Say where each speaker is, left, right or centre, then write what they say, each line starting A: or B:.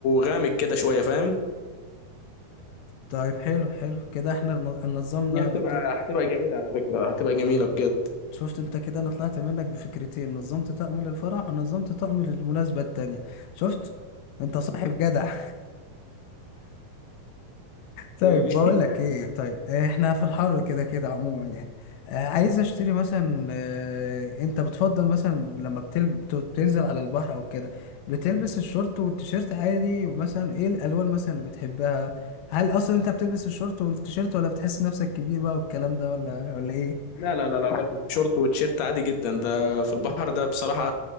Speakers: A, on the left; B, on the left.
A: غامق كده شوية فاهم
B: طيب حلو حلو كده احنا ن- نظمنا
A: دي هتبقى
B: الط-
A: هتبقى جميلة على فكرة هتبقى جميلة بجد
B: شفت انت كده انا طلعت منك بفكرتين نظمت طقم للفرح ونظمت طقم للمناسبة التانية شفت انت صاحب جدع طيب
A: <laughs>
B: بقول لك ايه طيب آه، احنا في الحر كده كده عموما يعني آه، عايز اشتري مثلا آه، انت بتفضل مثلا لما بتلب... بت- بتنزل على البحر او كده بتلبس الشورت والتيشيرت عادي ومثلا ايه الالوان مثلا اللي بتحبها هل اصلا انت بتلبس الشورت والتيشيرت ولا بتحس نفسك كبير بقى والكلام ده ولا ولا ايه
A: لا لا لا لا بلبس شورت وتيشيرت عادي جدا ده في البحر ده بصراحة